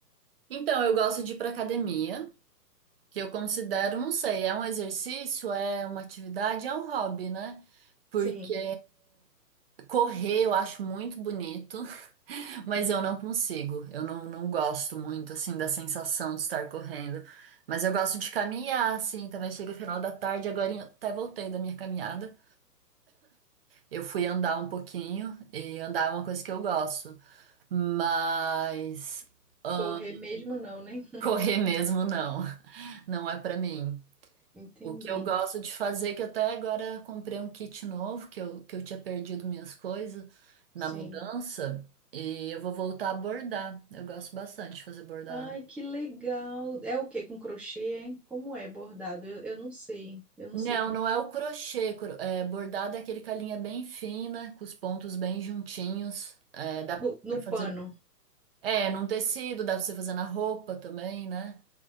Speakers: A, on the right; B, in the centre.
A: Então, eu gosto de ir para academia, que eu considero, não sei, é um exercício, é uma atividade, é um hobby, né? Porque
B: Sim.
A: correr eu acho muito bonito. Mas
B: Hum,
A: eu não consigo. Eu não, não gosto muito, assim, da sensação de estar correndo. Mas eu gosto de caminhar, assim, também chega final da tarde. Agora eu até voltei da minha caminhada. Eu fui andar um pouquinho, e andar é uma coisa que eu gosto. Mas ah,
B: Correr mesmo não, né?
A: <laughs>
B: <laughs>
A: correr mesmo, não. <laughs> Não é pra mim.
B: Entendi.
A: O que eu gosto de fazer, que até agora comprei um kit novo, que eu, que eu tinha perdido minhas coisas na
B: Sim.
A: mudança, e eu vou voltar a bordar. Eu gosto bastante de fazer bordado.
B: Ai, que legal. É o que com crochê, hein? Como é bordado? Eu, eu não sei. Eu não
A: Não,
B: sei como.
A: não é o crochê. cro- é, bordado é aquele com a linha bem fina, com os pontos bem juntinhos. É, dá
B: No, no
A: pra fazer.
B: pano.
A: É, num tecido, dá pra você fazer na roupa também, né?